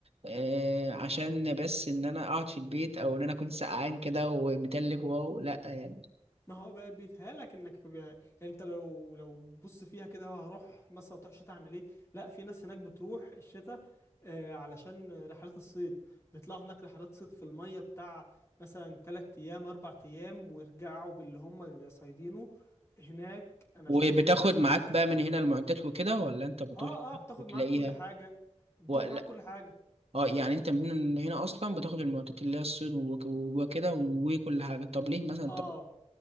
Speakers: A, on the right (about 60°); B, on the left (about 25°).
A: آه، عشان بس ان انا اقعد في البيت او ان انا اكون سقعان كده ومتلج واو لا يعني
B: ما هو بقى بيتهيألك انك ب- يعني انت لو لو بص فيها كده هو هروح مثلا تروح شتاء اعمل ايه لا في ناس هناك بتروح الشتاء آه، علشان رحلات الصيد بيطلعوا هناك رحلات صيد في المية بتاع مثلا تلات ايام اربع ايام ويرجعوا باللي هم صايدينه هناك انا
A: وبتاخد
B: شفت كمية سمك
A: معاك بقى من هنا المعدات وكده ولا انت بتروح
B: اه اه
A: هناك
B: بتاخد
A: وتلاقيها
B: معاك كل حاجة بتاخد
A: ولا
B: معاك كل حاجة
A: اه يعني انت من هنا اصلا بتاخد المعدات اللي هي الصيد وك- وكده وكل حاجه طب ليه مثلا
B: اه